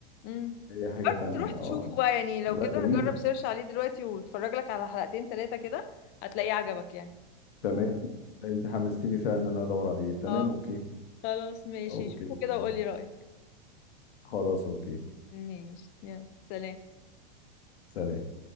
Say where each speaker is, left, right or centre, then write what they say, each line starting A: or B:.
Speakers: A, on the left (about 35°); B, on the left (about 75°).
A: امم
B: اي حاجه
A: برضو
B: تانية
A: تروح
B: اه
A: تشوفه بقى يعني لو
B: لا
A: كده
B: جميل
A: جرب سيرش عليه دلوقتي واتفرج لك على حلقتين ثلاثة كده هتلاقيه عجبك يعني
B: تمام انت حمستيني فعلا ان انا ادور عليه تمام
A: اه
B: اوكي
A: خلاص ماشي
B: اوكي
A: شوفه
B: تمام
A: كده وقولي رأيك
B: خلاص اوكي
A: ماشي يلا سلام
B: سلام